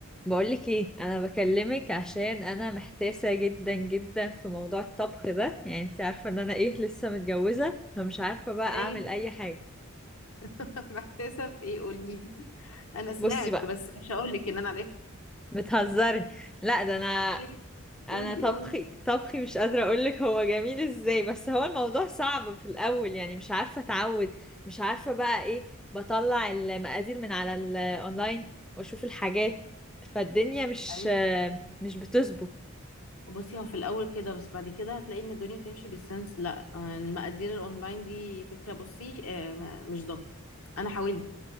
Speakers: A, in the centre; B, on the left (about 75°).
A: بقولك ايه انا بكلمك عشان انا محتاسه جدا جدا في موضوع الطبخ ده يعني انت عارفه ان انا ايه لسه متجوزه فمش عارفه بقى اعمل
B: ايوه
A: اي حاجه
B: <laughs> محتاسه في ايه قولي لي انا سمعت
A: بصي بقى
B: بس مش هقول لك ان انا عرفت
A: بتهزري لا ده انا
B: طيب، قولي
A: انا طبخي
B: قولي
A: طبخي مش قادره اقولك هو جميل ازاي بس هو الموضوع صعب في الاول يعني مش عارفه اتعود مش عارفه بقى ايه بطلع المقادير من على الاونلاين واشوف الحاجات فالدنيا مش
B: ايوه
A: مش بتظبط
B: بصي هو في الاول كده بس بعد كده هتلاقي ان الدنيا بتمشي بالسنس لا آه، المقادير الاونلاين دي فكره بصي آه، ما- مش ضابطه انا حاولت